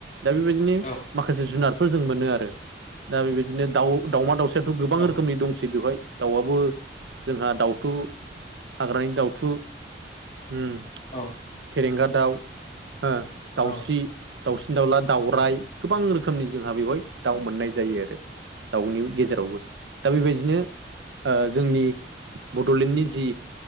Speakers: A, on the right; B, on the left.
A: दा बेबायदिनो
B: औ
A: माखासे जुनारफोर जों मोनो आरो दा बेबायदिनो दाउ दाउमा दाउसा याथ
B: औ
A: गोबां रोखोमनि दंसै बेवहाय दाउआबो जोंहा दाउथु हाग्रानि दाउथु उम
B: औ
A: फेरेंगा दाउ हो दाउस्रि
B: औ
A: दावला दाउराइ गोबां रोखोमनि जोंहा बेवहाय दाउ मोननाय जायो आरो दाउनि गेजेरावबो दा बेबायदिनो ओ जोंनि बड'लेण्डनि जि